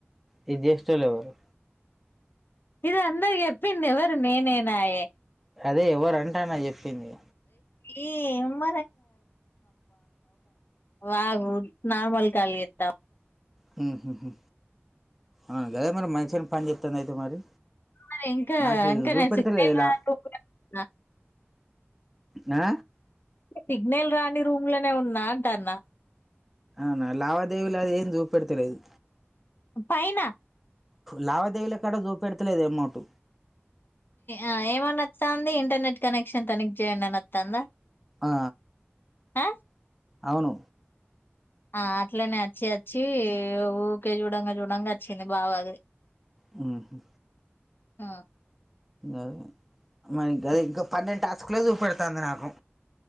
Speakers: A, in the centre; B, on the left.
A: నీకు చేసితలోవారు
B: ఇది అందర్కి చెప్పింది ఎవరు నేనేనాయే
A: అదే ఎవర్ అంటానా చెప్పింది
B: ఈ <inaudible> వాగు నార్మల్ కాల్ చేస్తా
A: హ్ హ్ హ్ ఆ గదే మరి మంచిగనే పని చెత్తండు. అయితే మరి
B: మరీ ఇంకా
A: నాకు
B: ఇంకా
A: చూపెడతలేదు
B: నేను సిగ్నల్
A: ఇలా
B: రాని రూం కు నా
A: ఆ
B: సిగ్నల్ రాని రూమ్ లోనే ఉన్నా అంటన్న
A: అవునా లావాదేవీలు అదేం చూపెడతలేదు.
B: పైన
A: లావాదేవీలెక్కడ చూపెడతలేదే ఎమౌంట్
B: ఆ ఏమని ఆత్తంది ఇంటర్నెట్ కనెక్షన్ తనిఖీ చేయండి అని ఆత్తందా.
A: ఆ
B: హా
A: అవును
B: ఆ అట్లనే అచ్చి అచ్చి ఊకే చూడంగా చూడంగా వచ్చింది బావా అది
A: హ్ హు
B: ఆ
A: గాదుగా మరి గదే ఇంక పన్నెండు టాస్క్లే చూపెడుతాంది నాకు